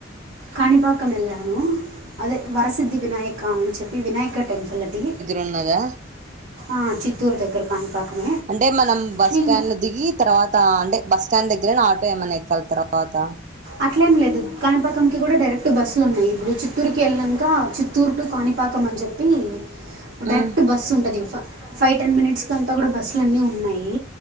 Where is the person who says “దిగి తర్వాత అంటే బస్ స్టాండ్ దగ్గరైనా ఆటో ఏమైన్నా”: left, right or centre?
Right